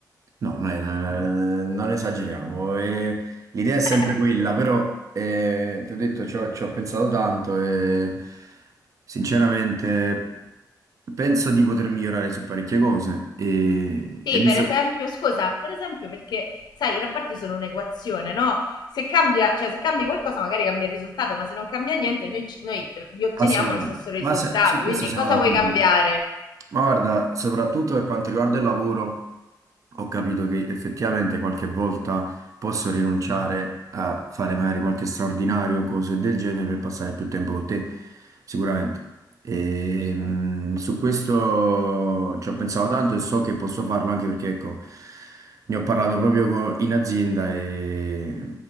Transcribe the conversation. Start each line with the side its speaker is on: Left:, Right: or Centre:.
Right: No, non, è- non esageriamo. eh, L'idea è sempre
Left: <laughs>
Right: quella, però eh, ti ho detto, ci ho, ci ho pensato tanto e sinceramente penso di poter migliorare su parecchie cose e,
Left: Sì,
Right: e visto...
Left: per esempio, scusa, per esempio perché, sai, i rapporti sono un'equazione, no? Se cambia, cioè se cambi qualcosa magari cambia il risultato, ma se non cambia niente noi, ci- noi gli otteniamo
Right: Assolutamente.
Left: lo stesso risultato,
Right: Ma se- su
Left: quindi
Right: questo siamo
Left: cosa
Right: d'accordo.
Left: vuoi cambiare?
Right: Ma guarda, soprattutto per quanto riguarda il lavoro, ho capito che effettivamente qualche volta posso rinunciare a fare magari qualche straordinario, cose del genere, per passare più tempo con te, sicuramente. E,
Left: Mm,
Right: mh, su questo ci ho pensato tanto e so che posso farlo anche perché, ecco, ne ho parlato proprio co- in azienda e